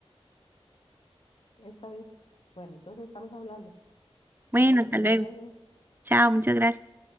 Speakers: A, on the left; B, on the right.
A: Está bien. Bueno, entonces estamos hablando.
B: Bueno,
A: Hasta luego,
B: hasta
A: que
B: luego.
A: le vaya bien.
B: Chao, muchas gracias.